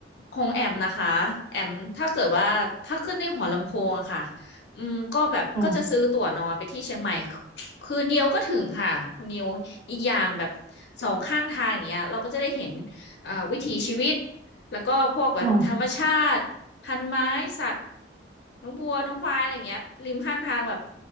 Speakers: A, on the left (about 60°); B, on the right (about 30°).
A: ของแอมนะคะแอมถ้าเกิดว่าถ้าขึ้นในหัวลำโพงอะค่ะอืมก็แบบก็จะซื้อตั๋วนอนไปที่เชียงใหม่
B: ค่ะ
A: คืนเดียวก็ถึงค่ะคุณนิวอีกอย่างแบบสองข้างทางอย่างเงี้ยเราก็จะได้เห็นอ่าวิถีชีวิตแล้วก็พวกแบบธรรมชาติพันไม้สัตว์
B: ค่ะ
A: น้องวัวน้องควายอะไรอย่างเงี้ยริมข้างทางแบบ